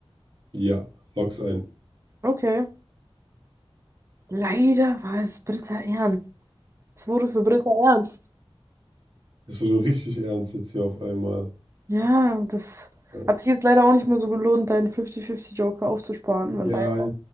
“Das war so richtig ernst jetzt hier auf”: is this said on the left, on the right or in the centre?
Right